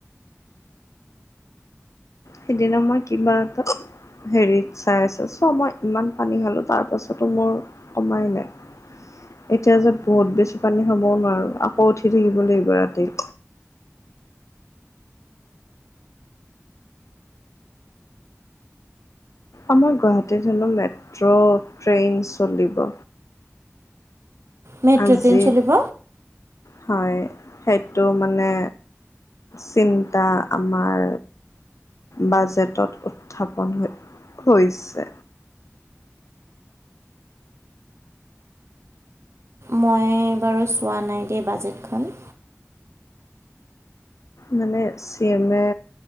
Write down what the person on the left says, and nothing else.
সেইদিনা মই কিবা এটাত হেৰিত চাই আছোঁ, চ' মই ইমান পানী খালো তাৰ পাছতো মোৰ কমাই নাই। এতিয়া যে বহুত বেছি পানী খাবও নোৱাৰো, আকৌ উঠি থাকিব লাগিব ৰাতি। আমাৰ গুৱাহাটীত হেনো মেট্ৰ' ট্ৰেইন চলিব।
আজি
হয়, সেইটো মানে চিন্তা আমাৰ বাজেটত উত্থাপন হৈছে।
মানে চি এমে